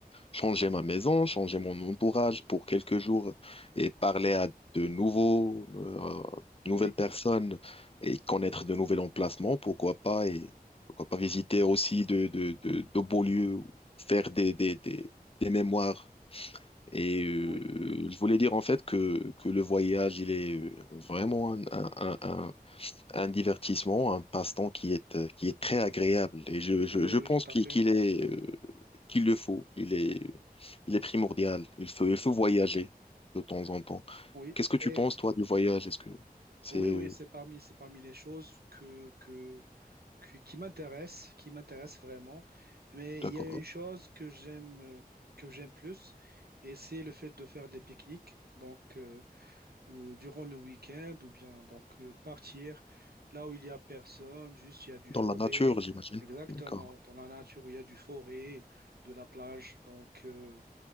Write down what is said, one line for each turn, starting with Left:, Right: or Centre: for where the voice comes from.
Left: changer ma maison, changer mon entourage pour quelques jours et parler à de nouveaux, euh, de
Right: Oui,
Left: nouvelles personnes et connaître de nouveaux emplacements, pourquoi pas, et pourquoi pas visiter aussi de, de, de, de beaux lieux, faire des, des, des, des mémoires. Et euh,
Right: oui,
Left: je voulais dire en fait que, que le voyage, il est euh, vraiment un, un, un, un- un divertissement, un passe-temps qui est, euh, qui est très agréable. Et je, je,
Right: oui,
Left: je
Right: oui,
Left: pense
Right: tout à
Left: qu'il
Right: fait.
Left: qu'il est euh, qu'il le faut. Il est, il est primordial. Il faut, il faut voyager de temps en temps.
Right: Oui,
Left: Qu'est-ce que tu
Right: et
Left: penses, toi, du voyage? Est-ce que c'est
Right: oui, oui,
Left: euh,
Right: c'est parmi, c'est parmi les choses que, que, que- qui m'intéressent, qui m'intéressent vraiment. Mais
Left: d'accord?
Right: il y a une chose que j'aime, euh, que j'aime plus, et c'est le fait de faire des pique-niques. Donc, euh, euh, durant le week-end ou bien donc euh, partir là où il y a personne, juste il y a du forêt,
Left: Dans la nature, j'imagine.
Right: exactement,
Left: D'accord.
Right: dans la nature où il y a du forêt, de la plage, donc, euh,